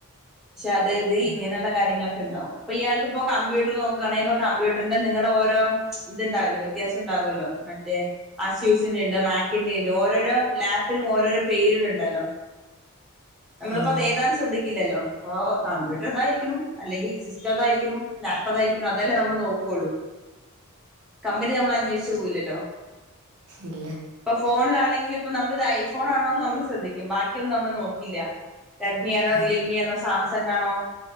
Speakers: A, in the centre; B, on the right (about 75°).
A: പക്ഷെ അതായത്
B: ഉം.
A: ഇങ്ങനെള്ള കാര്യങ്ങളൊക്കെ ഇണ്ടാവും ഇപ്പ ഇയാൾക്ക് ഇപ്പോ കമ്പ്യൂട്ടർ നോക്ക് കമ്പ്യൂട്ടർന്റെ നിങ്ങടെ ഓരോ ഇത്ണ്ടാവല്ലോ വ്യത്യാസം ഇണ്ടാവോല്ലോ മറ്റേ അസ്യൂഷന്ണ്ട് മാക്കിന്റെ ഇണ്ട് ഓരോരോ ലാപ്പിനും ഓരോരോ പേര് കള്ണ്ടല്ലോ നമ്മള്പ്പോ
B: ആഹ്
A: അത് ഏതാനും ശ്രദ്ധിക്കില്ലല്ലോ ഇപ്പ കമ്പ്യൂട്ടർ അതായിരിക്ക്ണു അല്ലെങ്കിൽ സിസ്റ്റം ഇതായിരിക്ക്ണു ലാപ്പതായിരിക്കുണു അതല്ലേ നമ്മള് നോക്കൊള്ളു കമ്പനി നമ്മൾ അന്വേഷിച്ചു പോവില്ലല്ലോ?
B: ഇല്ല.
A: ഇപ്പൊ ഫോണിലാണെങ്കിലും ഇപ്പ നമ്മളിത് ഐഫോണാണോന്ന് നമ്മള് ശ്രദ്ധിക്കും ബാക്കിയൊന്നും നമ്മള് നോക്കില്ല. റെഡ്മി ആണോ? റിയൽമി
B: ആഹ്
A: ആണോ? സാംസംഗ് ആണോ?